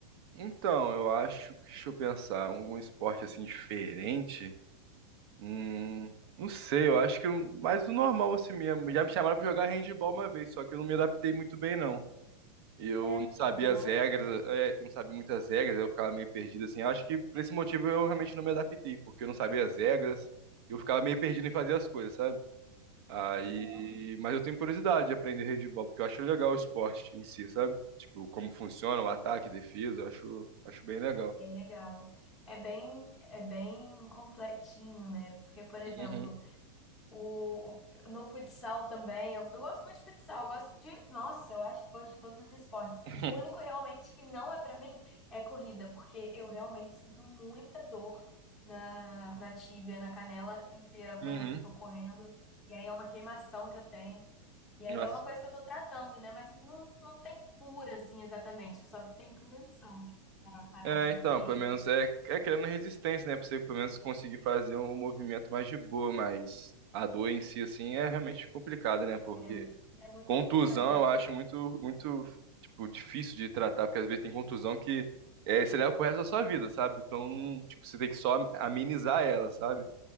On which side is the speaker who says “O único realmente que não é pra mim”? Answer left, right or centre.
Centre